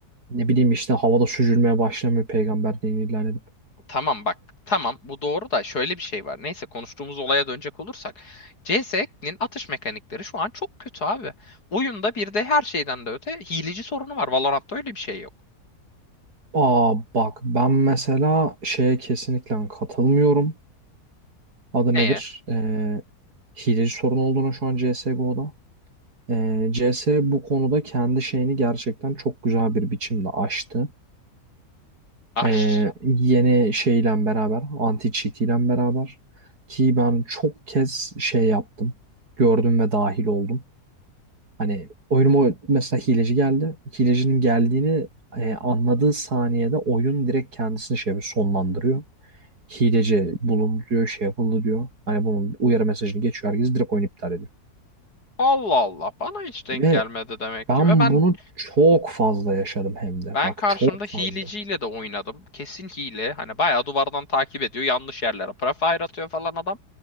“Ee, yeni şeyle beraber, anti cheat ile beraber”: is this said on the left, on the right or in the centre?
Right